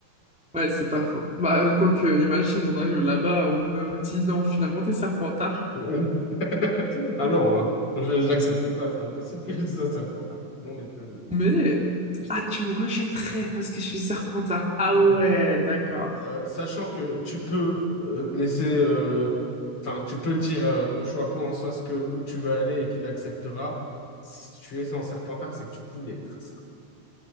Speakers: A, in the centre; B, on the left.
A: Ouais, c'est pas faux. Bah, quoique, imagine, on arrive là-bas, on me dit non, finalement, t'es serpentard.
B: <laughs> Ah non, hein. Je- J'accepte pas, c'est impossible que ça soit pas tard, sinon on n'est plus amis.
A: Mais...
B: <laughs>
A: Ah, tu me rejetterais parce que je suis Serpentard. Ah
B: Bah,
A: ouais, d'accord.
B: euh, sachant que tu peux euh, laisser, euh, enfin, tu peux dire euh, au chapeau en soi ce que, où tu veux aller et qu'il acceptera, si tu es en Serpentard, c'est que tu voulais être ça.